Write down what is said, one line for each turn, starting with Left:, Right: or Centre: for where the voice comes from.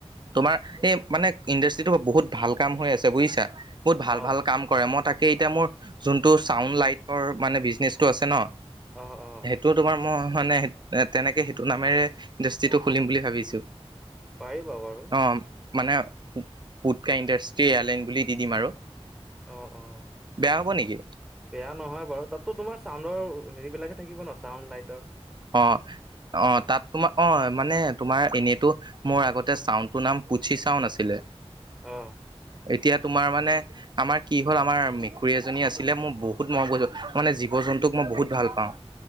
Right: তোমাৰ এই মানে ইণ্ডাষ্ট্ৰিটো বহুত ভাল কাম হৈ আছে বুজিছা। বহুত ভাল
Centre: অ
Right: ভাল কাম কৰে, মই তাকে এতিয়া মোৰ যোনটো চাউণ্ড লাইটৰ মানে বিজনেচটো আছে ন
Centre: অ অ।
Right: টো তোমাৰ মই হয় নে তেনেকে সেইটো নামেৰে ইণ্ডাষ্ট্ৰিটো খুলিম বুলি ভাবিছো।
Centre: পাৰিবা বাৰু।
Right: অ মানে পু পুটকা ইণ্ডাষ্ট্ৰি এয়াৰলাইন বুলি দি দিম আৰু।
Centre: অঁ অঁ।
Right: বেয়া হ'ব নেকি
Centre: বেয়া নহয় বাৰু। তাতটো তোমাৰ চাউণ্ডৰ হেৰিবিলাকহে থাকিব ন চাউণ্ড লাইটাৰ?
Right: অ অ তাত তোমাৰ অ মানে তোমাৰ এনেইতো মোৰ আগতে চাউনটোৰ নাম পুচি চাউন আছিলে?
Centre: অ।
Right: এতিয়া তোমাৰ মানে আমাৰ কি হ'ল আমাৰ মেকুৰী এজনী আছিলে মই বহুত মন কৈছো, মানে জীৱ জন্তুক মই বহুত ভাল পাওঁ।